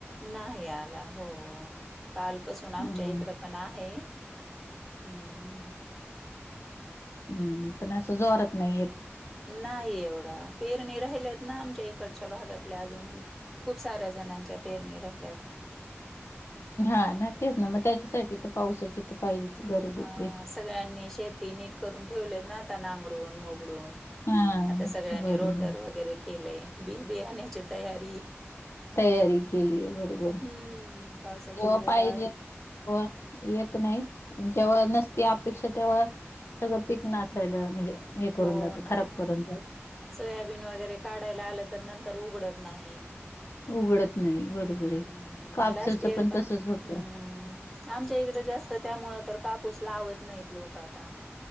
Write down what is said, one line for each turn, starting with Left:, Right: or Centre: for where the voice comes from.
Centre: नाही आला हो कालपसून आमच्या
Left: हम्म
Centre: इकड पण आहे. हम हम.
Left: हम्म पण असं जोरत नाही येत.
Centre: नाही एवढा पेरणी राहिल्यात ना आमच्या इकडच्या भागातल्या अजून. खूप साऱ्या जणांच्या पेरणी राहिल्यात.
Left: हा ना तेच ना मग त्याच्यासाठी तर पावसाची तर पाहिजेच गरजच
Centre: हा
Left: आहे.
Centre: सगळ्यांनी शेती नीट करून ठेवलेत ना आता नांगरून मोगडून.
Left: हा
Centre: आता सगळ्यांनी
Left: बरोबर
Centre: रोटर वगैरे केलेय बी बियाण्याची तयारी.
Left: तयारी केलीय बरोबर
Centre: हम्म पावसाची
Left: व पाहिजे.
Centre: आता
Left: व येत नाही जेव्हा नसती अपेक्षा तेव्हा. सगळं पीक नसायला म्हणजे हे
Centre: हो
Left: करून जात
Centre: ना
Left: खराब करून जात.
Centre: सोयाबीन वगैरे काढायला आलं तर नंतर उघडत नाही.
Left: उघडत नाही बरोबर
Centre: हम्म
Left: आहे.
Centre: हम्म
Left: कापसाचं
Centre: लास्ट इयर पण
Left: तसच होतं
Centre: हम्म. आमच्या इकडें जास्त त्यामुळं तर कापूस लावत नाहीत लोक आता.